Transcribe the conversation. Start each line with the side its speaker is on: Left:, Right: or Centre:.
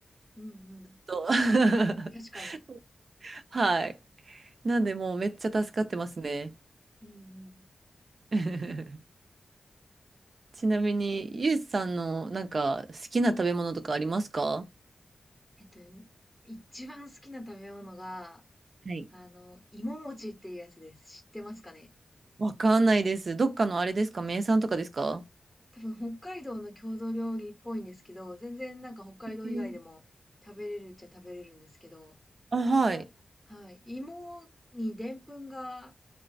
Centre: うん、うん。
Right: と。<laughs>
Centre: 確かに。
Right: はい。なんでもうめっちゃ助かってますね。
Centre: うん、うん。
Right: <laughs> ちなみに、ゆうじさんのなんか好きな食べ物とかありますか
Centre: えっと、一番好きな食べ物が、
Right: はい。
Centre: あの、芋餅っていうやつです。知ってますかね
Right: わかんないです。どっかのあれですか名産とかですか
Centre: 多分北海道の郷土料理っぽいんですけど、全然なんか北海道以外でも食べれるっちゃ食べれるんですけど、
Right: えーあ、はい。
Centre: なんか、はい、芋にでんぷんが